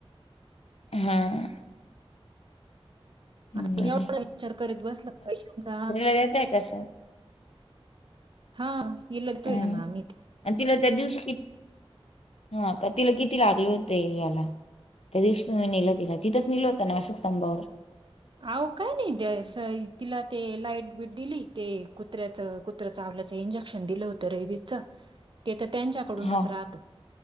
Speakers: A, on the left; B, on the right.
A: हम्म बरं
B: आता एवढा विचार करीत बसला पैशांचा
A: येत आहे कसं
B: हा इल तोयन
A: हम्म
B: अमीत
A: आणि तिला त्या दिवशी किती ह का तिला किती लागले होते याला त्या दिवशी तुम्ही नेलं तिला तिंथेच नेलं होत ना अशोक स्तंभावर
B: अहो काय नाही त्या तिला ते लाईट बीट दिली ते कुत्र्याच कुत्रा चावल्याच इंजेक्शन दिलं होत रेबीच ते तर त्यांच्याकडूनच
A: हा
B: राहतं